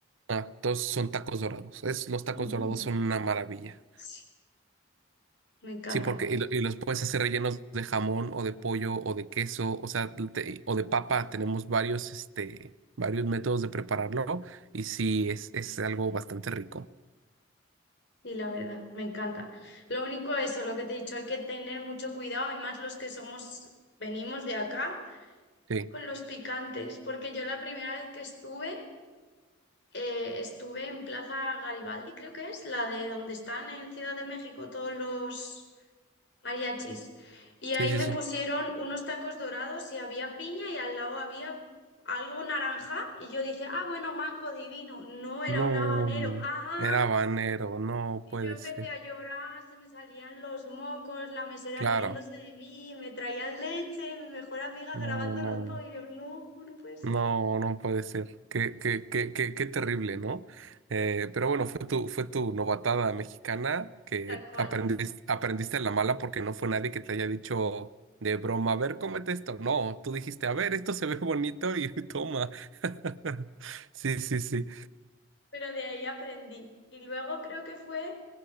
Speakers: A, on the right; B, on the left.
A: Ah, todos son tacos dorados. Es, los tacos
B: Ujú.
A: dorados son una maravilla.
B: Sí, me encanta.
A: Sí, porque y, lo- y los puedes hacer rellenos de jamón o de pollo o de queso, o sea, te- o de papa. Tenemos varios, este, varios métodos de prepararlo y sí, es, es algo bastante rico.
B: Y la verdad, me encanta. Lo único eso, lo que te he dicho, hay que tener mucho cuidado, y más los que somos, venimos de acá
A: Sí,
B: con los picantes, porque yo la primera vez que estuve Eh, estuve en Plaza Garibaldi, creo que es, la de donde están en Ciudad de México todos los mariachis. Y ahí
A: sí, sí,
B: me
A: sí.
B: pusieron unos tacos dorados y había piña y al lado había algo naranja. Y yo dije, ah, bueno, mango divino. No era
A: No,
B: un habanero. Ajá.
A: era banero, no
B: Y
A: puede
B: yo empecé
A: ser.
B: a llorar, se me salían los mocos, la mesera
A: Claro.
B: riéndose de mí, me traían leche, mi mejor amiga
A: No,
B: grabándolo
A: no,
B: todo.
A: no.
B: Y yo, no, no puede ser.
A: No, no puede ser. Qué, qué, qué, qué, qué terrible, ¿no? Eh, pero bueno, fue tu, fue tu novatada mexicana que
B: Tal cual.
A: aprendiste, aprendiste a la mala porque no fue nadie que te haya dicho de broma, a ver, cómete esto. No, tú dijiste, a ver, esto se ve bonito y <laughs> toma. <laughs> Sí, sí, sí.
B: Pero de ahí aprendí. Y luego creo que fue.